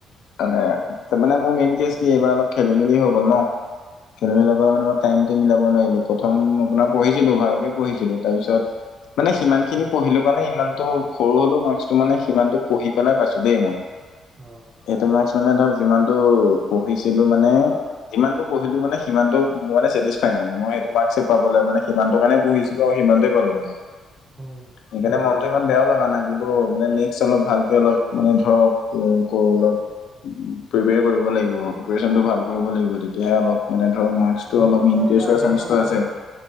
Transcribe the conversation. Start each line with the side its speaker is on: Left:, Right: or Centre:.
Left: মানে তাৰ মানে তামানে মোৰ মেইন কেচ কি এইবাৰ অলপ। খেলি মেলি হৈ গ'ল ন খেলি মেলি
Right: অ
Left: হৈ গ'লে মানে মই টাইম। মিলাব নোৱাৰিলোঁ প্ৰথম আপোনাৰ পঢ়িছিলোঁ ভালকে পঢ়িছিলোঁ তাৰপিছত। মানে সিমান খিনি
Right: উম
Left: পঢ়িলোঁ কাৰণে ইমানতটো সৰু হ'লে মাৰ্কচটো মানে সিমানতটো পঢ়ি পেলাই পাইছোঁ দেই মই।
Right: অ
Left: এইটো মাক্স মানে ধৰ যিমানতটো পঢ়িছিল। মানে যিমানটো পঢ়িলোঁ মানে সিমানতটো মানে চেটিক্ষ্ফাই মানে মই সেইটো মাৰ্ক পাব মানে সিমান। হেটো কাৰানে পুঢ়িছিলো আৰু সিমানতে পালোঁ মানে
Right: উম
Left: সেইকাৰণে মন। ইমান বেয়াও লগবা নাই কিন্তু মানে নেক্স অলপ ভালকে অলপ মানে ধৰক কৰোঁ অলপ। প্ৰিপয়াৰ কৰিব লাগিব প্ৰিপেৰেশন ভাল কৰিব লাগিব তেতিয়াহে অলপ। মানে ধৰ মাৰ্ক্সটো
Right: মোৰ
Left: অলপ
Right: আকৌ
Left: ইনক্ৰিজ
Right: এইবাৰ
Left: হোৱা
Right: হেৰি
Left: শান্সটো
Right: হ'ল আকৌ
Left: আছে।